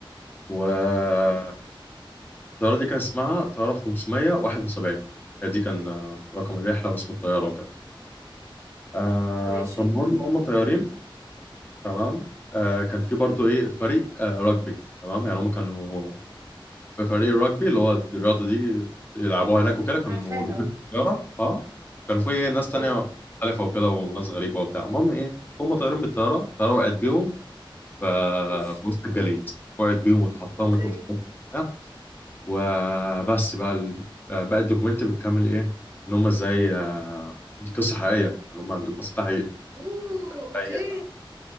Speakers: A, on the left; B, on the right.
A: و الطيارة دي كان اسمها طيارة 571 دي كان آه، رقم الرحلة واسم الطيارة وكده آه
B: ماشي
A: فالمهم هم طيارين تمام آه كان في برضو ايه فريق آه رugby تمام يعني هم كانوا في فريق الرجبي اللي هو الرياضة دي يلعبوها هناك وكده كانوا
B: عارفاها
A: راكبين الطيارة اه كانوا في إيه ناس تانية
B: مم.
A: مختلفة وكده وناس غريبة وبتاع المهم ايه هم طيارين بالطيارة الطيارة وقعت بيهم ف-
B: اوف
A: في وسط الجليد وقعت بيهم واتحطمت
B: اوكي
A: ومش عارف إيه. وبس بقى ال... بقى الدوكيومنت بتكمل ايه ان هم ازاي آه، دي قصه حقيقيه يعني هم اللي حصل ده حقيقي
B: اوه
A: ازاي
B: اوكي
A: آه،